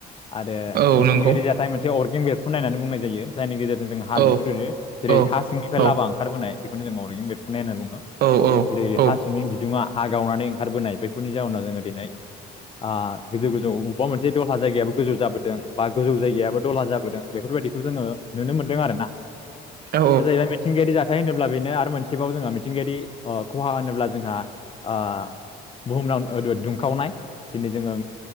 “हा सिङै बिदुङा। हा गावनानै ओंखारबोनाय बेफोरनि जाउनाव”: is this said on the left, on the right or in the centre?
Left